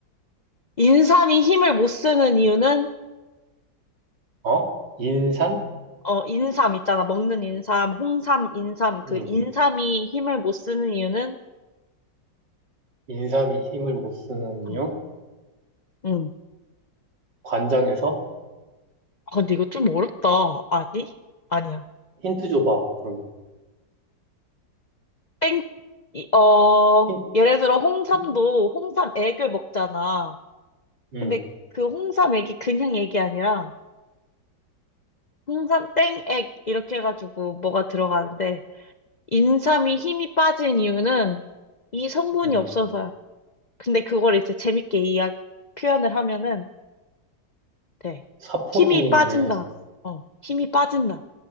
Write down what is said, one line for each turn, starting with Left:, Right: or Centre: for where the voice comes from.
Left: 인삼이 힘을 못 쓰는 이유는?
Right: 어? 인산?
Left: 어, 인삼 있잖아. 먹는 인삼, 홍삼, 인삼. 그
Right: 응
Left: 인삼이 힘을 못 쓰는 이유는?
Right: 인삼이 힘을 못 쓰는 이유?
Left: 응. 응.
Right: 관장에서?
Left: 아, 근데 이거 좀 어렵다. 아니? 아니야.
Right: 힌트 줘봐, 그러면.
Left: 땡, 이- 어,
Right: 힌,
Left: 예를 들어 홍삼도
Right: 힌?
Left: 홍삼 액을 먹잖아.
Right: 응
Left: 근데 그 홍삼 액이 그냥 액이 아니라 홍삼 땡액 이렇게 해가지고 뭐가 들어가는데 인삼이 힘이 빠진 이유는 이 성분이
Right: 응
Left: 없어서야. 근데 그걸 이제 재밌게 이야 표현을 하면은 돼.
Right: 사포닌인데,
Left: 힘이 빠진다. 어, 힘이 빠진다.